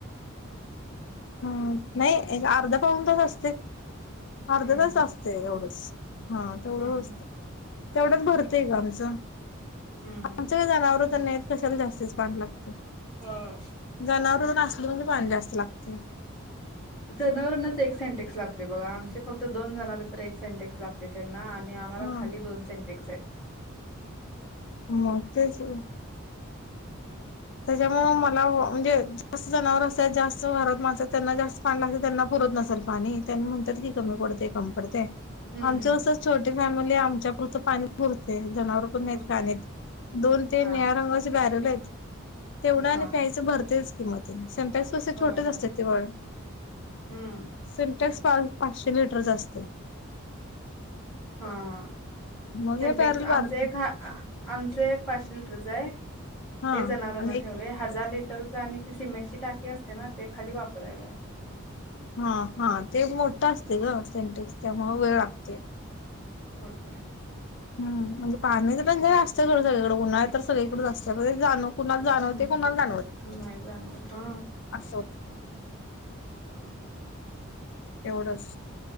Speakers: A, on the left; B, on the left.
A: हम्म, नाही अर्ध पाऊन तास असतय, अर्ध
B: हम्म
A: तास
B: हम्म
A: असतय एवढंच. हा, तेवढं
B: हम्म
A: असतय, तेवढंच भरतंय ग आमचं.
B: हम्म हम्म हम्म.
A: आमचं जनावर तर नाहीत, कशाला जास्तच पाणी लागतय.
B: हो,
A: जनावर तेन असल म्हणजे पाणी जास्त लागत.
B: जनावरांनाच एक सेंटेक्स लागते बघा, आमचे फक्त दोन जनावर तर एक सेंटेक्स लागते त्यांना आणि- आम्हाला
A: हा
B: खाली दोन सेटेक्स आहेत.
A: मग तेच की. त्याच्यामुळे मला म्हणजे- अस जनावर असतात जास्त घरात माणस त्यांना जास्त पाणी लागत त्यांना पुरत नसाल पाणी, त्यांना म्हणतात की, कमी पडतय. कमी पडतय,
B: हम्म
A: आमची
B: हम्म
A: कस छोटी फॅमिली आमच्या पुरत पाणी पुरते जनावर-
B: पुरतय
A: खाणी <unintelligible> दोन, तीन
B: हा
A: निळ्या रंग असे भरले आहेत. तेवढा
B: हा
A: आणि प्यायचं भरतेच की मग ते सेंट- तसे
B: होय
A: छोटेच
B: होय
A: असते ते वळ,
B: हम्म
A: सिम्टेक्स पा पाचशे लिटरच असतय.
B: हा,
A: मग
B: सिंटेक्स
A: हे बॅरल बारकी
B: आमच एक हा आमचं एक पाचशे लिटरच आहे-
A: हा
B: ते जनावरांना
A: आणि एक
B: ठेवलेय, हजार लिटरच आणि ती सिमेंटची टाकी असते ना ते खाली वापरायला आहे.
A: हा, हा, ते मोठा असतय ग सेंटेक्स त्यामुळे वेळ लागतय.
B: होतेय <unintelligible>
A: हम म्हणजे पाणी पण असत सोडं सगळीकडे उन्हाळ्या तर सगळीकडेच असतण जाणू <unintelligible> कुणाला जाणवते
B: हम्म
A: कुणाला जाणवते
B: नाही जाणवत हा
A: असं होत. तेवढंच.